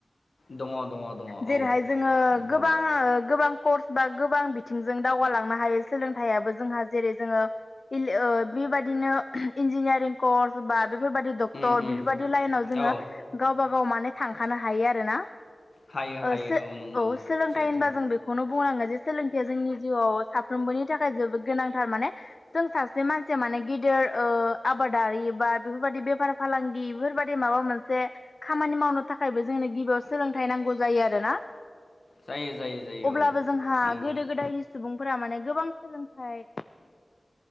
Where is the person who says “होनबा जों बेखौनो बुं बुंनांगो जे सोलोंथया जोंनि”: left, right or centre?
Left